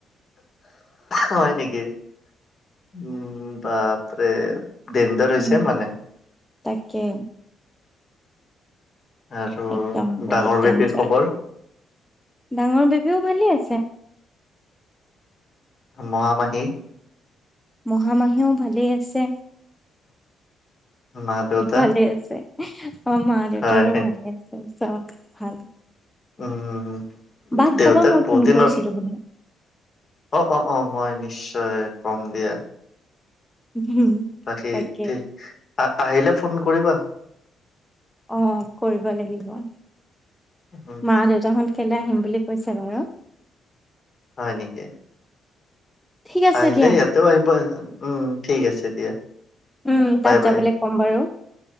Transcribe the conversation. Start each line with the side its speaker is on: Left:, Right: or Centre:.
Left: হয়, নেকি উম বাপৰে দেনজ্ঞাৰ হৈছে
Centre: উম
Left: মানে
Centre: তাকে
Left: আৰু
Centre: একদম বহুত
Left: ডাঙৰ বেপীৰ
Centre: ডেঞ্জাৰ
Left: খবৰ
Centre: যায় ডাঙৰ বেবীও ভালে আছে এক
Left: মহামাহি
Centre: মহামাহীও ভালেই আছে
Left: মা দেউতা
Centre: খুব ভালে আছে অ', মা দেউতাৰো
Left: হয়
Centre: ভালে আছে চব ভাল
Left: উম,
Centre: বাহ
Left: দেউ
Centre: কবা
Left: তাক
Centre: মই
Left: বহুত
Centre: ফোন
Left: দিন
Centre: কৰিছিলো
Left: হ'ল
Centre: বো
Left: অ', অ', অ', মই নিশ্চয় কম দিয়া
Centre: উম
Left: বাকী
Centre: তাকে
Left: ঠ আহ আহিলে ফোন কৰিবা
Centre: অ', কৰিব লাগিব মা,
Left: উম,
Centre: দেউতাহত খেলে আহিম বুলি কৈছে বাৰু
Left: হয়, নেকি
Centre: ঠিক আছে
Left: আহিলে
Centre: দিয়া
Left: ইয়াতেও আহিব, উম ঠিক আছে দিয়া।
Centre: উম,
Left: বাই
Centre: তাত যাবলে
Left: বাই
Centre: কম বাৰু।